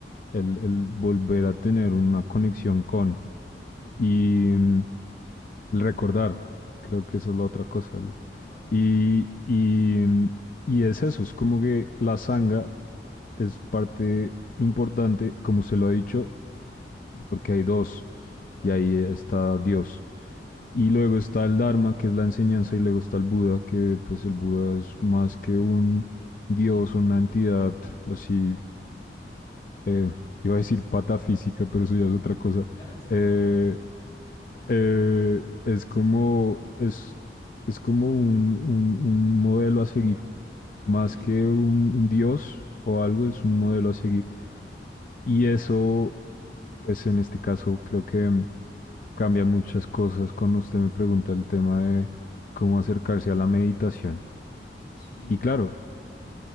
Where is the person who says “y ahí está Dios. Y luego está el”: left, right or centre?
Left